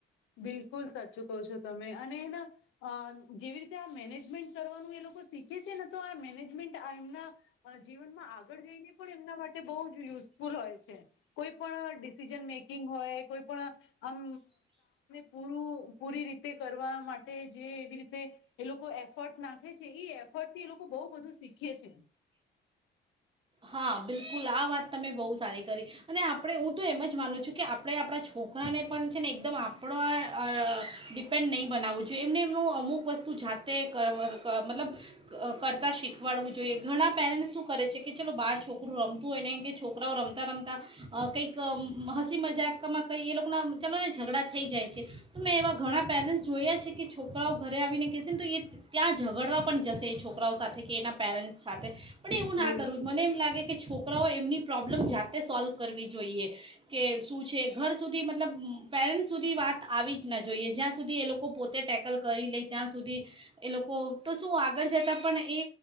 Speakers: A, on the left; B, on the right.
A: બિલકુલ સાચું કહો છો તમે અને અ જેવી રીતે આ મેનેજમેન્ટ કરવાનું એ લોકો શીખે છે ને તો આ મેનેજમેન્ટ એમના જીવનમાં આગળ જઈને પણ એમના માટે બહુ જ યુઝફુલ હોય છે. કોઈ પણ ડિસિઝન મેકિંગ હોય કોઈ પણ આમ પૂરું પૂરી રીતે કરવા માટે જે એવી રીતે એ લોકો એફર્ટ નાખે છે એ એફર્ટ થી એ લોકો બહુ બધું શીખે છે.
B: હા બિલકુલ આ વાત તમે બહુ સારી કરી અને આપણે હું તો એમ જ માનું છું કે આપણે આપણા છોકરાને પણ છે ને એકદમ આપણો પેન નહીં બનાવવું જોઈએ એમ એમનું અમુક વસ્તુ જાતે મતલબ કરતા શીખવાડવું જોઈએ ઘણા પેરેન્ટ શું કરે છે. કે ચલો બહાર છોકરું રમતું હોય ને કે છોકરાઓ રમતા રમતાં અ કંઈક હસી મજાકમાં કઈ એ લોકો ના ચાલો ને ઝઘડા થઈ જાય છે. તો મેં એવા ઘણા પેરેન્ટ્સ જોયા છે કે છોકરાઓ ઘરે આવીને કેહેશે ને તો એ ત્યાં ઝગડવા પણ જશે એ છોકરાઓ સાથે કે એના પેરેન્ટ્સ સાથે પણ એવું
A: બિલકુલ
B: ના કરવું મને એમ લાગે કે છોકરાઓ એમની પ્રોબ્લેમ જાતે સોલ્વ કરવી જોઈએ કે શું છે ઘર સુધી મતલબ પેરેન્ટ્ સુધી વાત આવી જ ના જોઈએ જ્યાં સુધી એ લોકો પોતે ટેકલ કરી લે ત્યાં સુધી એ લોકો તો શું આગળ જતા પણ એ